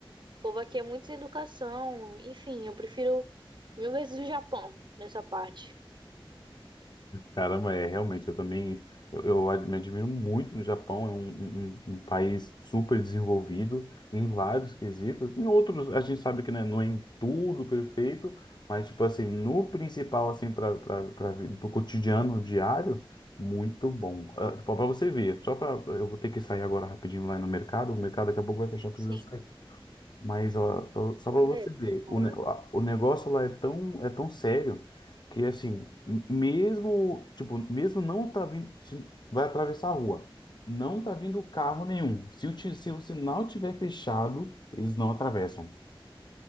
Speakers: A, on the right; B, on the left.
A: O povo aqui é muito sem educação, enfim, eu prefiro mil vezes o Japão nessa parte.
B: Caramba, é realmente, eu também eu, eu ad- me admiro muito no Japão, é um, um- um- um país super desenvolvido em vários quesitos. Em outros, a gente sabe que né, não é em tudo perfeito, mas tipo assim, no principal, assim, para o cotidiano diário, muito bom. Ah, tipo, para você ver, só para eu vou ter que sair agora rapidinho lá no mercado, o mercado daqui a pouco vai fechar, precisa
A: Sim.
B: sair. Mas ó, pra- só para você
A: É,
B: ver,
A: boa.
B: o, ne- a- o negócio lá é tão, é tão sério que assim, m- mesmo, tipo, mesmo não tá vindo, se vai atravessar a rua, não tá vindo carro nenhum. Se o, ti- se o sinal tiver fechado, eles não atravessam.